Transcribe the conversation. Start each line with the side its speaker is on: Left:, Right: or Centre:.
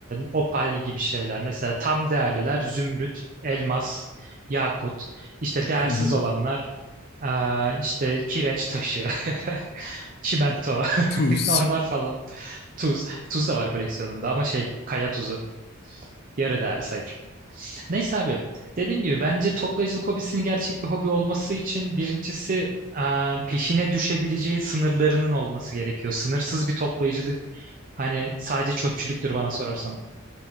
Right: opal gibi şeyler. Mesela tam değerliler zümrüt, elmas, yakut. İşte değersiz
Left: Hı hı.
Right: olanlar e, işte kireç taşı, <laughs> çimento <laughs>
Left: Tuz.
Right: onlar falan. Tuz. Tuz da var koleksiyonumda ama şey kaya tuzu. Yarı değerli sayılır. Neyse abi dediğim gibi bence toplayıcılık hobisinin gerçek bir hobi olması için birincisi eee, peşine düşebileceğin sınırlarının olması gerekiyor. Sınırsız bir toplayıcılık hani sadece çöpçülüktür bana sorarsan.